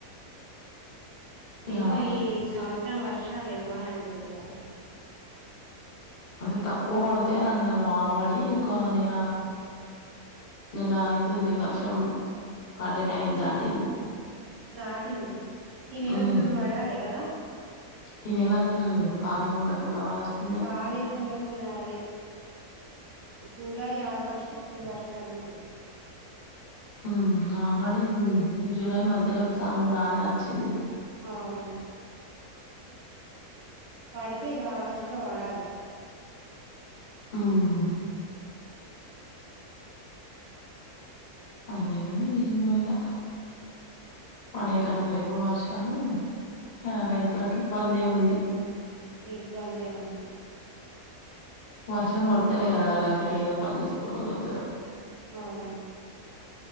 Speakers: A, on the left; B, on the right.
A: ఇగ
B: ఏమో ఈ సంవత్సరం వర్షాలు ఇవ్వనంటుర్రు కదా
A: అవి తక్కువ కొడితై అని అన్నరు ఆల్రెడీ ఒక
B: ఉమ్
A: నెల నెలా ఐతుంది వర్షం పడే టైం దాటింది.
B: దాటింది ఈ నెల
A: ఉమ్
B: ఫుల్లు పడాలే కదా.
A: ఈ నెల అసలు కాలీ ఉండకుండా వాడాల్సి
B: కాలి కుండకుండ అది జూలై, ఆగస్టు ఫుల్లు వర్షాలు ఉంటయ్
A: ఉమ్ ఆల్రెడీ ఈ జూలై మధ్యలో ఒక సగం రానే అచ్చింది.
B: అవును పడితే ఇగ ఆగస్టులో పడాలి.
A: ఉమ్ అదేగని ఏమో ఇగ పడేటట్లేవు వర్షాలు. ఆ రైతులకు ఇబ్బందే ఉంది.
B: ఇబ్బందే ఉంది
A: వర్షం పడితేనే కదా రైతులు ఏదో పని చేసుకోగలుగుతరు.
B: ఆవును